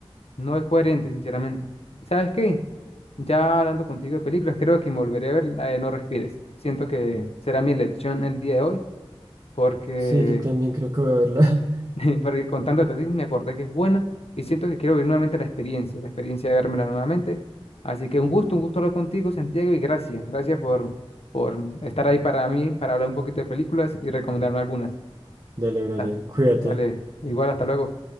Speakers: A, on the left; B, on the right.
A: no es coherente, sinceramente. ¿Sabes qué? Ya hablando contigo de películas, creo que me volveré a ver la de No Respires. Siento que será mi elección el día de hoy, porque,
B: sí, yo también creo que voy a verla.
A: <laughs> porque contándote a ti me acordé que es buena y siento que quiero vivir nuevamente la experiencia, la experiencia de vérmela nuevamente. Así que un gusto, un gusto hablar contigo, Santiago, y gracias, gracias por, por estar ahí para mí, para hablar un poquito de películas y recomendarme algunas.
B: <laughs> Dale, Brian,
A: Ah,
B: cuídate.
A: Dale, igual, hasta luego.